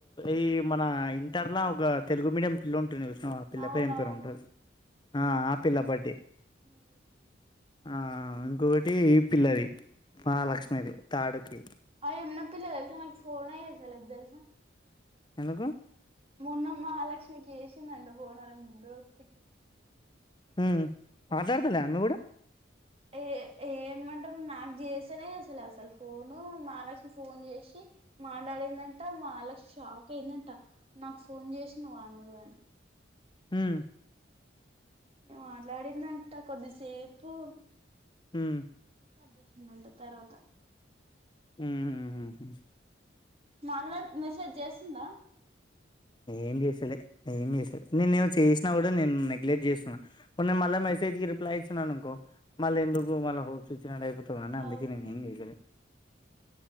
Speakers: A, on the left; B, on the right.
A: ఈ మన ఇంటర్ లా ఒక తెలుగు మీడియం పిల్లుంటుండే ఆ పిల్ల
B: అవునవును
A: పేమ్ పేరేం ఉంటది ఆ ఆ పిల్ల
B: ఏమో
A: బడ్ డే
B: ఉహు.
A: ఆ ఇంకొటి ఈ పిల్లది మలక్ష్మిది తాడు కీ
B: ఆ యమున పిల్ల ఎల్ స నాక్ ఫోనే ఏసాలేదు దేల్ స
A: ఎందుకు
B: మొన్న మహాలక్ష్మికి ఎసిందండి ఫోన్ ఆల దోస్త్ కి
A: ఉమ్ మాట్లాడతలే ఆమె కూడా
B: ఏ ఏమంటరు నాకు చేసనే చేస్తలే అసలు ఫోను మహాలక్ష్మి ఫోన్ చేసి మాట్లాడిందంటా మహాలక్ష్మి షాక్ అయిందంట నాక్ ఫోన్ చేసినవా నువ్వే అని
A: ఉమ్
B: మాట్లాడిందంటా కొద్దిసేపు
A: ఉమ్
B: కట్ చేసిందంట తర్వాత
A: ఉమ్మ్
B: మాట్లాడుతుందా మెసేజ్ చేస్తుందా
A: ఏమ్ చేస్తలే ఏమ్ చే నేన్ చేసినా కూడా నేన్ నెగ్లెట్ చేస్తున్నా పోనీ మళ్ళా మెసేజ్ కి రిప్లై ఇచ్చిననుకో మల్లెందుకు మల్ల పోప్స్ ఇచ్చినట్టు అయిపోతాది అని అందుకే
B: అవును
A: నేనేం చేస్తలే